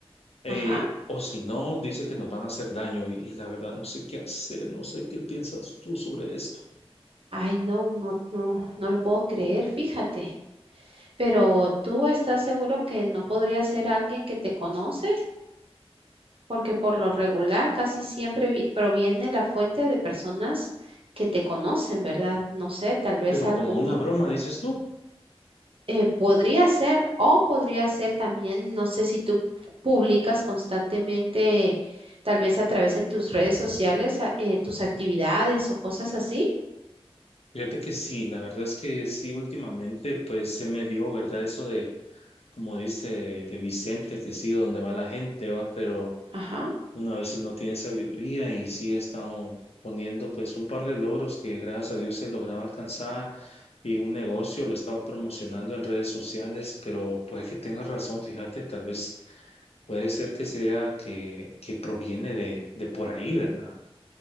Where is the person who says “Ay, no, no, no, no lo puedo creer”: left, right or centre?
Right